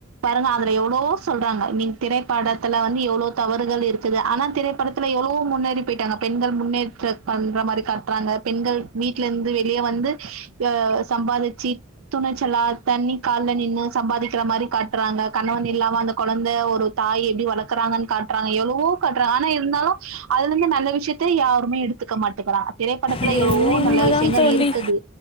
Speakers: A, on the right (about 80°); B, on the left (about 25°).
A: பாருங்க அதுல எவ்ளவோ சொல்றாங்க நீங் திரைப்படத்துல வந்து எவ்ளோ தவறுகள் இருக்குது ஆனா திரைப்படத் துல எவ்ளவோ முன்னேறி பேயிட்டாங்க பெண்கள் முன்னேற்ற பண்ற மாரி காட்றாங்க பெண்கள் வீட்ல இருந்து வெளியே வந்து <unintelligible> சம்பாதிச்சு துணிச்சலா தண்ணி கால்ல நின்னு சம்பாதிக்கிற மாரி காட்றாங்க கணவன் இல்லாம அந்த கொழந்த ஒரு தாயி எப்டி வளக்றாங்கனு காட்றாங்க எவ்ளவோ காட்றாங்க ஆனா இருந்தாலும் அதுலருந்து நல்ல விஷயத்த யாருமே எடுத் த்துக்க மாட்டேங்கிறாங்க திரைப்படத்துல
B: இது
A: எவ்ளவோ
B: இன்னும் உண்மைதான்
A: நல்ல விஷயங்கள்
B: தோழி
A: இருக்குது